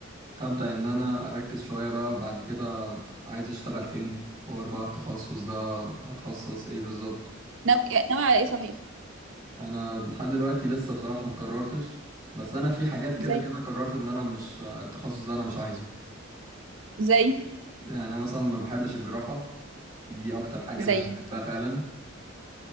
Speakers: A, on the right; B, on the right.
A: هبدأ ان انا اركز شوية بقى بعد كده عايز اشتغل فين حوار بقى التخصص ده هتخصص ايه بالظبط
B: ناوي ناوي على ايه صحيح
A: انا لحد دلوقتي لسه بصراحه ما قررتش بس انا في حاجات كده
B: زي
A: كده قررت ان انا مش التخصص ده انا مش عايزه
B: زي
A: يعني انا مثلا ما بحبش الجراحه دي اكتر حاجه
B: زي
A: انا مش بحبها فعلا